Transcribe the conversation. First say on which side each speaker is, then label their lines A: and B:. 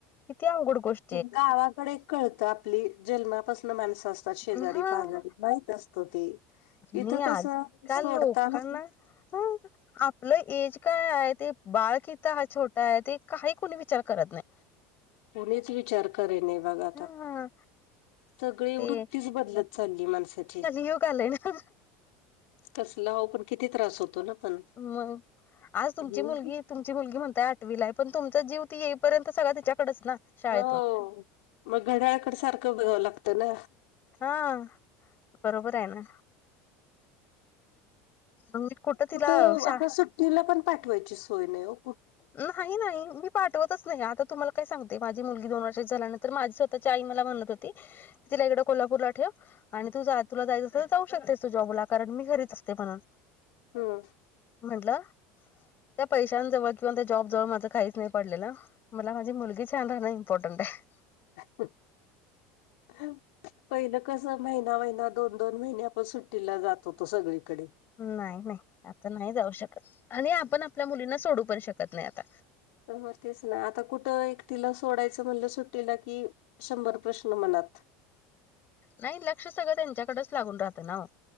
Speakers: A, on the left; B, on the left.
A: किती अवघड गोष्ट
B: तुम गावाकडं एक कळतं आपली जन्मापासन माणसं असतात शेजारी
A: आहेत हा
B: पाजारी माहित असतं <inaudible>
A: आणि
B: इथं कसं
A: आजकाल
B: सोडताना
A: लोकांना <unintelligible> आपलं ऐज काय आहे ते बाळ किती हा छोट आहे ते काही कोणी विचार करत नाही.
B: कोणीच विचार करेणे नाही बघा आता
A: हं
B: सगळी वृत्तीच
A: ते
B: बदलत चालली आहं माणसाची
A: कलियुग आलंय ना
B: कसलं अहो पण किती त्रास होतो ना. पण.
A: मग आज तुमची
B: हम्म.
A: मुलगी तुमची मुलगी म्हणताय आठवीला आहे पण तुमचा जीव ती येईपर्यंत सगळा तिच्याकडेच ना शाळेतून
B: हो मग घड्याळकड सारखं लागतं ना
A: हा बरोबर आहे ना. मी तिला
B: कुठं
A: शा
B: आता सुट्टीला पण पाठवायची सोय नाही वो.
A: नाही नाही मी पाठवतच नाही आता तुम्हाला काय सांगते माझी मुलगी दोन वर्षाची झाल्यानंतर माझी स्वतःची आई मला म्हणत होती तिला इकडं कोल्हापूरला ठेव आणि तू तुला जायच तर तर जाऊ शकतेस तू जॉबला. कारण मी घरीच असते म्हणून
B: हम्
A: म्हणलं त्या पैशां जवळ किंवा त्या जॉब जवळ माझं काहीच नाही पडलेलं मला माझी मुलगी छान राहंण इम्पॉर्टंट आहे.
B: <inaudible> पहिलं कस महिना महिना दोन दोन महिने आपण सगळीकडे.
A: नाही नाही आता नाही जाऊ शकत. आणि आपण आपल्या मुलींना सोडू पण शकत नाही आता.
B: तर मग तेच ना आता कुठं एकटीला सोडायचं म्हणलं सुट्टीला कि शंभर प्रश्न मनात.
A: नाही लक्ष सगळं त्यांच्याकडच लागून राहत ना वो.